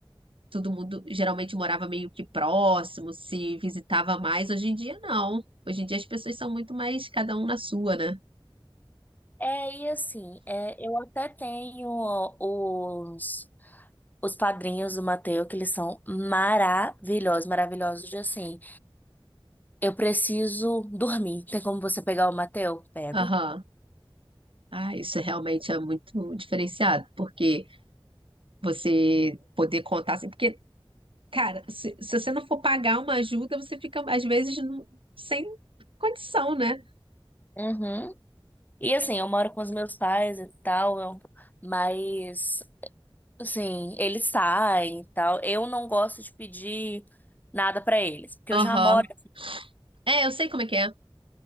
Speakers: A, on the right (about 70°); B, on the left (about 20°).
A: todo mundo geralmente morava meio que próximo, se visitava mais. Hoje em dia, não. Hoje em dia as pessoas são muito mais cada um na sua, né?
B: É, e assim, é, eu até tenho os, os padrinhos do Mateus que eles são maravilhosos, maravilhosos de assim. Eu preciso dormir. Tem como você pegar o Mateus Pego.
A: Aham. Ah, isso realmente é muito diferenciado, porque você poder contar assim, porque, cara, se, se você não for pagar uma ajuda, você fica, às vezes, não- sem condição, né?
B: Uhum. E assim, eu moro com os meus pais e tal, eu- mas. Sim, eles saem e tal. Eu não gosto de pedir nada pra eles, porque
A: Aham.
B: eu já moro,
A: É, eu sei como é que é.